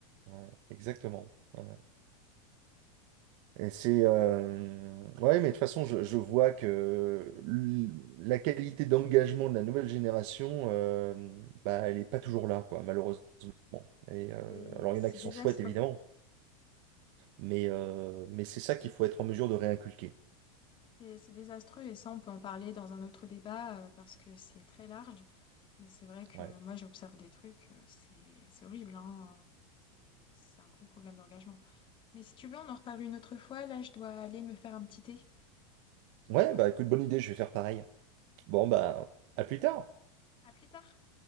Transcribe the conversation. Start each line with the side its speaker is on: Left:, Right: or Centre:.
Right: ouais, exactement. Ouais. Et c'est euh, ouais, mais de toute façon, je, je vois que l- la qualité d'engagement de la nouvelle génération, euh, bah, elle est pas toujours là, quoi, malheureusement. Et euh,
Left: Et
Right: alors, il
Left: c'est
Right: y en a qui
Left: désastreux.
Right: sont chouettes, évidemment, mais euh, mais c'est ça qu'il faut être en mesure de réinculquer.
Left: C'est c'est désastreux et ça on peut en parler dans un autre débat euh, parce que c'est très large mais c'est vrai que
Right: Ouais.
Left: moi j'observe des trucs euh, c'est c'est horrible hein. C'est c'est un gros problème d'engagement. Mais si tu veux on en reparle une autre fois, là je dois aller me faire un petit thé.
Right: Ouais, bah écoute, bonne idée, je vais faire pareil. Bon, bah à plus tard.
Left: À plus tard.